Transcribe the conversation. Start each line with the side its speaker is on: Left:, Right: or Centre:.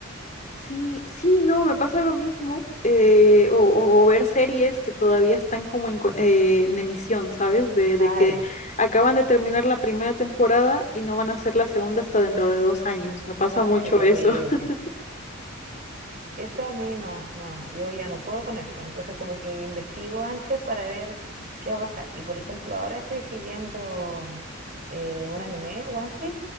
Left: Sí, sí, no, me pasa lo mismo. eh, o, o ver series que todavía están como en, co- eh, en emisión, ¿sabes? De,
Right: Claro,
Left: de que acaban de terminar la primera temporada y no van a hacer la segunda hasta dentro de dos años. Me pasa
Right: no,
Left: mucho
Right: qué terrible.
Left: eso. <laughs>
Right: Eso a mí no, no, yo ya no puedo con eso. Entonces como que investigo antes para ver qué va a pasar. Y por ejemplo, ahora estoy siguiendo eh, un anime, One Piece,